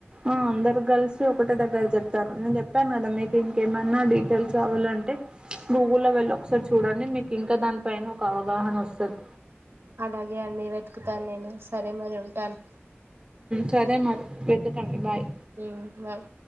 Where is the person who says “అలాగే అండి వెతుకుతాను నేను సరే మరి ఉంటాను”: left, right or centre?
Right